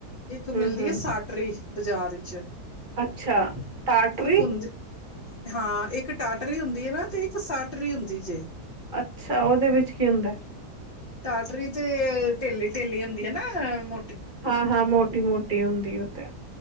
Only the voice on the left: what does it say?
ਇੱਕ
ਮਿਲਦੀ
ਹੈ ਸਾਟਰੀ ਬਾਜ਼ਾਰ ਵਿੱਚ
ਇੱਕ ਹੁੰਦੀ ਹਾਂ ਇੱਕ ਟਾਟਰੀ ਹੁੰਦੀ ਹੈ ਨਾ ਤੇ ਇੱਕ ਸਾਟਰੀ ਹੁੰਦੀ ਜੇ
ਟਾਟਰੀ ਤੇ ਢਿੱਲੀ ਢਿੱਲੀ ਹੁੰਦੀ ਹੈ ਨਾੋ